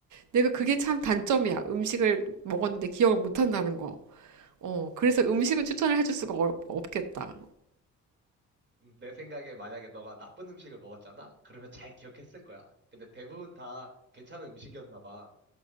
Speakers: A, on the right; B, on the right.
A: 내가 그게 참 단점이야. 음식을 먹었는데 기억을 못 한다는 거. 어, 그래서 음식은 추천을 해줄 수가 없, 없겠다.
B: 음, 내 생각에 만약에 너가 나쁜 음식을 먹었잖아? 그러면 잘 기억했을 거야. 근데 대부분 다 괜찮은 음식이었나 봐.